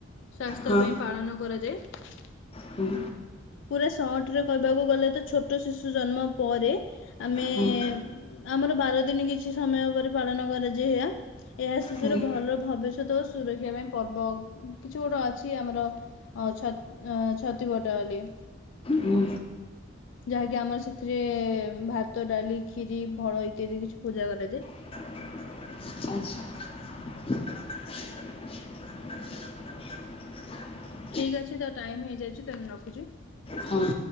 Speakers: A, on the left (about 70°); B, on the left (about 30°).
A: ସ୍ବାସ୍ଥ୍ୟ
B: ହଁ
A: ପାଇଁ ପାଳନ କରାଯାଏ।
B: ହୁଁ
A: ପୁରା ସଟ୍ ରେ କହିବାକୁ ଗଲେ ତ ଛୋଟ ଶିଶୁ ଜନ୍ମ ପରେ ଆମେ
B: ହୁଁ
A: ଆମର ବାର ଦିନି କିଛି ସମୟ ପରେ ପାଳନ କରାଯାଏ ଏହା। ଏହା ଶିଶୁର
B: ହୋଇ
A: ଭଲ ଭବିଷ୍ୟତ ଓ ସୁରକ୍ଷା ପାଇଁ ପର୍ବ କିଛି ଗୋଟେ ଅଛି ଆମର ହଉ ଛ-ଛତିଭଟବୋଲି।
B: ହୁଁ।
A: ଯାହାକି ଆମର ସେଥିରେ ଭାତ ଡାଲି ଖିରୀ ଫଳ ଇତ୍ୟାଦି କିଛି ପୂଜା କରାଯାଏ।
B: ଆଚ୍ଛା।
A: ଠିକ୍ ଅଛି ତ ଟାଇମ୍ ହେଇଯାଇଚି ତେଣୁ ରଖୁଚି।
B: ହଁ